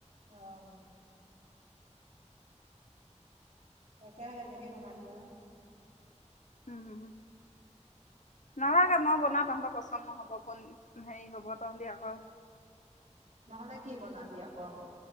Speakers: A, on the right; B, on the left.
A: অ'হ। তাকে, হেনেকেই বনাবি আৰু।
B: উম! নালগে মই বনাও পচন্দ নহ'ব, পলি, হেৰি হ'ব তহঁতি আকৌ।
A: নহলে কি বনাবি আৰু?